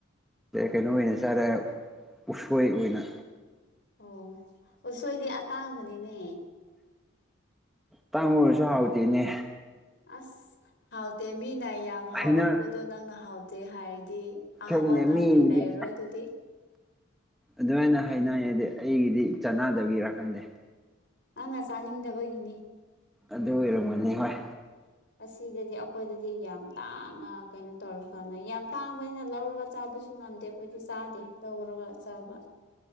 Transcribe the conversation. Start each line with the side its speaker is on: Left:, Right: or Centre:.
Centre: ꯀꯩꯅꯣ ꯑꯣꯏꯅ ꯆꯥꯔꯦ ꯎꯁꯣꯏ ꯑꯣꯏꯅ
Left: ꯑꯣ ꯑꯣ ꯁꯣꯏꯗꯤ ꯑꯇꯥꯡꯕꯅꯤꯅꯦ
Centre: ꯇꯥꯡꯕ ꯑꯣꯏꯔꯁꯨ ꯍꯥꯎꯇꯦꯅꯦ
Left: ꯑꯁ ꯍꯥꯎꯇꯦ ꯃꯤꯅ ꯌꯥꯝ ꯍꯥꯎꯕ
Centre: ꯍꯩꯅ
Left: ꯄꯣꯠꯇꯣ ꯅꯪꯅ ꯍꯥꯎꯇꯦ ꯍꯥꯏꯔꯗꯤ ꯑꯥꯕ
Centre: ꯈꯪꯗꯦ
Left: ꯅꯪꯒꯤ
Centre: ꯃꯤꯕꯨꯗꯤ
Left: ꯂꯩꯔꯣꯏ ꯑꯗꯨꯗꯤ
Centre: ꯑꯗꯨꯃꯥꯏꯅ ꯍꯥꯏꯅꯉꯗꯤ ꯑꯩꯒꯤꯗꯤ ꯆꯅꯗꯕꯒꯤꯔꯀꯪꯗꯦ
Left: ꯅꯪꯅ ꯆꯥꯅꯤꯡꯗꯕꯒꯤꯅꯤ
Centre: ꯑꯗꯨ ꯑꯣꯏꯔꯝꯃꯅꯤ ꯍꯣꯏ
Left: ꯑꯁꯤꯗꯗꯤ ꯑꯩꯈꯣꯏꯗꯗꯤ ꯌꯥꯝ ꯇꯥꯡꯅ ꯀꯩꯅꯣ ꯇꯧꯔꯀꯥꯟꯗ ꯌꯥꯝ ꯇꯥꯡꯕꯅꯤꯅ ꯂꯧꯔꯒ ꯆꯥꯕꯁꯨ ꯉꯝꯗꯦ ꯑꯩꯈꯣꯏꯗꯤ ꯆꯥꯗꯦ ꯂꯧꯔꯒ ꯆꯥꯕ